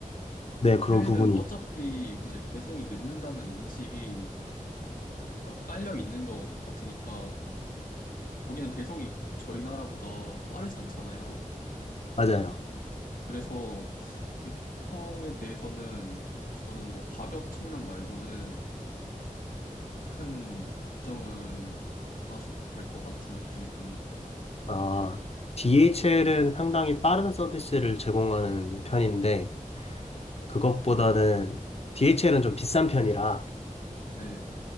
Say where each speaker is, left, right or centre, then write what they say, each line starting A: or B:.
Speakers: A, on the left; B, on the left.
A: 네, 그런
B: 해외는
A: 부분이
B: 어차피 이제 배송이 늦는다는 인식이 뭔가 깔려 있는 것 같으니까 거기는 배송이 저희 나라보다 빠르지 않잖아요.
A: 맞아요.
B: 그래서 유통에 대해서는 저는 뭐 가격 측면 말고는 큰 걱정은 안 하셔도 될 것 같은 느낌이 듭니다.
A: 아, DHL은 상당히 빠른 서비스를 제공하는 편인데 그것보다는 DHL은 좀 비싼 편이라
B: 네.